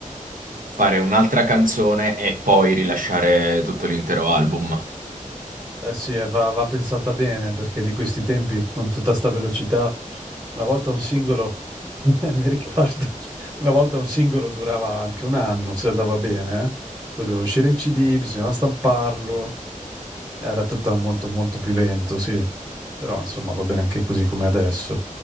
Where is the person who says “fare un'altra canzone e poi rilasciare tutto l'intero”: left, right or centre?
Right